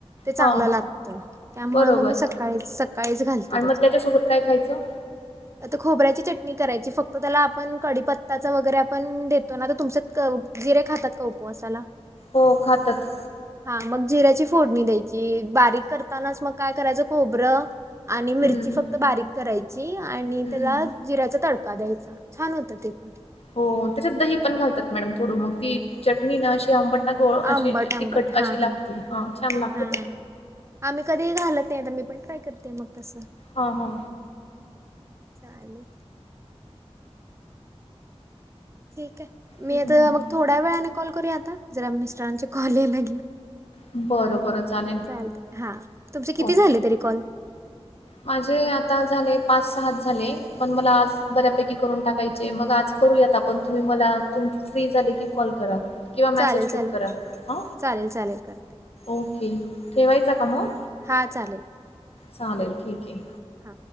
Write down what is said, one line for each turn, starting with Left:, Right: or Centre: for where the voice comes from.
Right: ते चांगलं
Left: हा
Right: लागतं त्यामूळ
Left: बरोबर
Right: मग मी सकाळीच सकाळीच घालते
Left: आणि
Right: त्याच्यात.
Left: मग त्याच्यासोबत काय खायचं?
Right: आता खोबऱ्याची चटणी करायची फक्त त्याला आपण कडीपत्. त्याच वगैरे आपण देतो ना. तर तुमच्यात जिरे खातात का उपवासाला?
Left: हो खातात.
Right: हा मग जिऱ्याची फोडणी द्यायची बारीक करतानाच मग काय करायचं खोबरं आणि मिरची
Left: हम्म
Right: फक्त बारीक करायची आणि
Left: हम्म.
Right: त्याला जिऱ्याचा तडका द्यायचा. छान होतं ते पण.
Left: हो त्याच्यात दही पण घालतात मॅडम थोड मग ती चटणी ना अशी आंबट गोड अशी
Right: आंबट आंबट.
Left: तिखट
Right: हा,
Left: अशी
Right: हा.
Left: लागते हा छान लागत
Right: हा,
Left: ते.
Right: हा. आम्ही कधीही घालत नाही आता मी पण ट्राय करतेय मग तसं.
Left: हा हा.
Right: चालेल. ठीक आहे. मी
Left: हम्म,
Right: आता
Left: हम्म,
Right: मग थोड्या वेळाने कॉल करू आता जरा मिस्टरांचे कॉल या लागले.
Left: हम्म. बरं बरं चालेल
Right: चालते हा. तुमचे किती
Left: ओके.
Right: झाले तरी कॉल?
Left: माझे आता झाले पाच सात झाले पण मला आज बऱ्यापैकी करून टाकायचे मग आज करूयात आपण तुम्ही मला त फ्री झाली की कॉल करा. किंवा
Right: चालेल
Left: मेसेज कूट
Right: चालेल
Left: करा ह
Right: चालेल चालेल करते
Left: ओके. ठेवायचा का मग?
Right: हा चालेल.
Left: चालेल ठीक आहे.
Right: हां